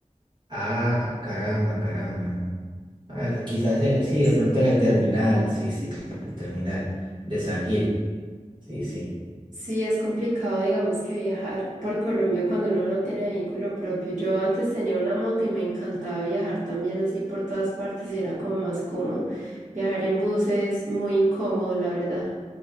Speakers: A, on the right; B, on the right.
A: Ah, caramba, caramba, ¿no? Ah, que quizás en el- sí, de
B: Sí.
A: pronto en el terminal, sí, sí, cl- el terminal de San Gil, sí, sí.
B: Sí, es complicado, digamos, que viajar por Colombia cuando uno no tiene vehículo propio. Yo antes tenía una moto y me encantaba viajar también así por todas partes y era como más cómodo. Viajar en bus es muy incómodo, la verdad.